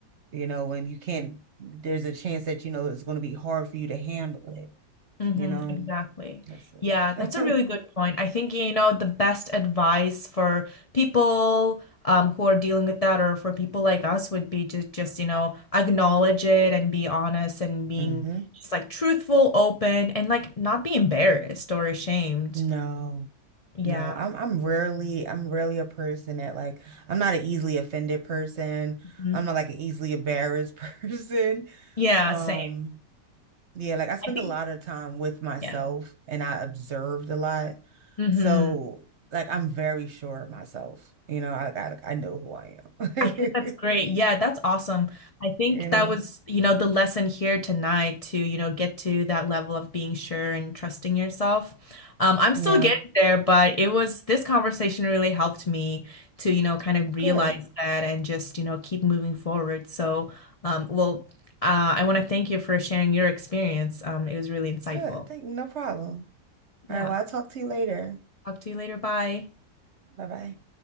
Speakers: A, on the right (about 50°); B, on the left (about 55°).
A: you know, when you can't, there's a chance that you know it's going to be hard for you to handle it,
B: Mm-hmm,
A: you know.
B: exactly.
A: That's just...
B: Yeah, that's
A: <laughs>
B: a really good point. I think, you know, the best advice for people um, who are dealing with that or for people like us would be to just, you know, acknowledge it and be honest and being
A: hmm
B: just like truthful, open, and like not be embarrassed or ashamed.
A: No.
B: Yeah.
A: No, I'm I'm rarely I'm rarely a person that like I'm not an easily offended person.
B: Mhm.
A: I'm not like an easily embarrassed <laughs> person.
B: Yeah,
A: Um
B: same.
A: yeah, like I spend
B: I think,
A: a lot of time with myself
B: yeah.
A: and I observed a lot.
B: Mm-hmm.
A: So like I'm very sure of myself. You know, I I like I know who I am.
B: I think that's great.
A: <laughs>
B: Yeah, that's awesome. I think
A: You know.
B: that was, you know, the lesson here tonight to, you know, get to that level of being sure and trusting yourself. Um, I'm still
A: Yeah.
B: getting there, but it was this conversation really helped me to, you know, kind of realize
A: Good.
B: that and just, you know, keep moving forward. So, um, well, uh, I want to thank you for sharing your experience. Um, it was really insightful.
A: Good. Thank you. No problem.
B: Yeah.
A: All right, well, I'll talk to you later.
B: Talk to you later. Bye.
A: Bye-bye.